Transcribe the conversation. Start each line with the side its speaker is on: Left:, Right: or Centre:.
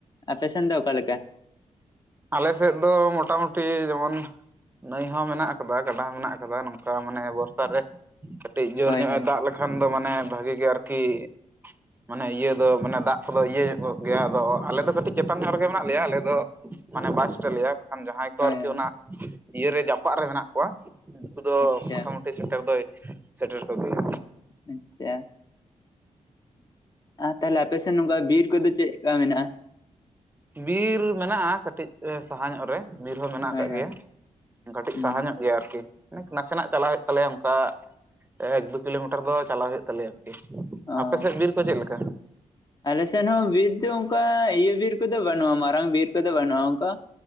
Left: ᱟᱯᱮ ᱥᱮᱱ ᱫᱚ ᱚᱠᱟ ᱞᱮᱠᱟ?
Right: ᱟᱞᱮ ᱥᱮᱫ ᱫᱚ ᱢᱚᱴᱟᱢᱩᱴᱤ ᱡᱮᱢᱚᱱ ᱱᱟᱹᱭ ᱦᱚᱸ ᱢᱮᱱᱟᱜ ᱠᱟᱫᱟ ᱜᱟᱰᱟ ᱦᱚᱸ ᱢᱮᱱᱟᱜ ᱠᱟᱫᱟ ᱱᱚᱝᱠᱟ ᱢᱟᱱᱮ ᱵᱚᱨᱥᱟ ᱨᱮ ᱠᱟᱹᱴᱤᱡ ᱡᱳᱨ
Left: ᱦᱳᱭ
Right: ᱧᱚᱜ
Left: ᱦᱳᱭ
Right: ᱮ ᱫᱟᱜ ᱞᱮᱠᱷᱟᱱ ᱫᱚ ᱢᱟᱱᱮ ᱵᱷᱟᱹᱜᱤ ᱜᱮ ᱟᱨᱠᱤ ᱢᱟᱱᱮ ᱤᱭᱟᱹ ᱫᱚ ᱢᱟᱱᱮ ᱫᱟᱜ ᱠᱚᱫᱚ ᱤᱭᱟᱹ ᱧᱚᱜ ᱜᱮᱭᱟ ᱟᱫᱚ ᱟᱞᱮ ᱫᱚ ᱠᱟᱹᱴᱤᱡ ᱪᱮᱛᱟᱱ ᱧᱚᱜ ᱨᱮᱜᱮ ᱢᱮᱱᱟᱜ ᱞᱮᱭᱟ ᱟᱞᱮ ᱫᱚ ᱢᱟᱱᱮ ᱵᱟᱭ ᱥᱮᱴᱮᱨ ᱞᱮᱭᱟ ᱵᱟᱠᱷᱟᱱ ᱡᱟᱦᱟᱸᱭ ᱠᱚ
Left: ᱦᱳᱭ
Right: ᱟᱨᱠᱤ
Left: ᱦᱳᱭ
Right: ᱚᱱᱟ ᱤᱭᱟᱹᱨᱮ ᱡᱟᱯᱟᱜ ᱨᱮ ᱢᱮᱱᱟᱜ ᱠᱚᱣᱟ, ᱩᱱᱠᱩ ᱫᱚ
Left: ᱟᱪᱪᱷᱟ
Right: ᱢᱚᱴᱟᱢᱩᱴᱤ ᱥᱮᱴᱮᱨ ᱫᱚᱭ ᱥᱮᱴᱮᱨ ᱠᱚᱜᱮᱭᱟ᱾
Left: ᱟᱪᱪᱷᱟ ᱟᱨ ᱛᱟᱦᱞᱮ ᱟᱯᱮᱥᱮᱫ ᱱᱚᱝᱠᱟ ᱵᱤᱨ ᱠᱚᱫᱚ ᱪᱮᱫᱠᱟ ᱢᱮᱱᱟᱜᱼᱟ?
Right: ᱵᱤᱨ ᱢᱮᱱᱟᱜᱼᱟ ᱠᱟᱹᱴᱤᱡ ᱥᱟᱦᱟ ᱧᱚᱜ ᱨᱮ ᱵᱤᱨ ᱦᱚᱸ ᱢᱮᱱᱟᱜ ᱟᱠᱟᱜ
Left: ᱦᱳᱭ
Right: ᱜᱮᱭᱟ
Left: ᱦᱳᱭ
Right: ᱠᱟᱹᱴᱤᱡ
Left: ᱦᱩᱸ
Right: ᱥᱟᱦᱟ ᱧᱚᱜ ᱜᱮᱭᱟ ᱟᱨᱠᱤ ᱢᱟᱱᱮ ᱱᱟᱥᱮᱱᱟᱜ ᱪᱟᱞᱟᱜ ᱦᱳᱭᱳᱜ ᱛᱟᱞᱮᱭᱟ, ᱚᱱᱠᱟ ᱮᱠ ᱫᱩ ᱠᱤᱞᱳᱢᱤᱴᱟᱨ ᱫᱚ ᱪᱟᱞᱟᱜ ᱦᱳᱭᱳᱜ ᱛᱟᱞᱮᱭᱟ ᱟᱨᱠᱤ᱾
Left: ᱚ
Right: ᱟᱯᱮ ᱥᱮᱫ ᱵᱤᱨ ᱠᱚ ᱪᱮᱫ ᱞᱮᱠᱟ?
Left: ᱟᱞᱮ ᱥᱮᱱ ᱦᱚᱸ ᱵᱤᱨ ᱫᱚ ᱚᱱᱠᱟ ᱤᱭᱟᱹ ᱵᱤᱨ ᱠᱚᱫᱚ ᱵᱟᱹᱱᱩᱜᱼᱟ, ᱢᱟᱨᱟᱝ ᱵᱤᱨ ᱠᱚᱫᱚ ᱵᱟᱹᱱᱩᱜᱼᱟ ᱚᱱᱠᱟ